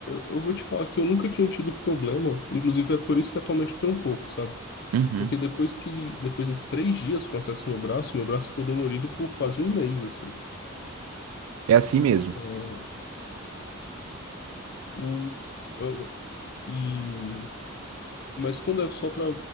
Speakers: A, on the left (about 50°); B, on the right (about 85°).
A: eu vou te falar que eu nunca tinha tido problema. Inclusive, é por isso que atualmente eu tenho um pouco, sabe?
B: Uhum.
A: Porque depois que, depois desses três dias com acesso no braço, meu braço ficou dolorido por quase um mês, assim.
B: É assim mesmo.
A: É, o, eu- e, mas quando é só para